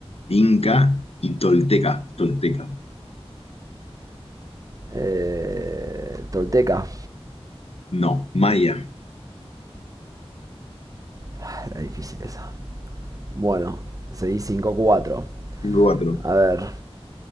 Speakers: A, on the left; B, on the right.
A: inca y tolteca. Tolteca.
B: Eh, Tolteca.
A: No, maya.
B: Ah, Era difícil esa. Bueno, seguí cinco cuatro.
A: Tengo cuatro.
B: A ver.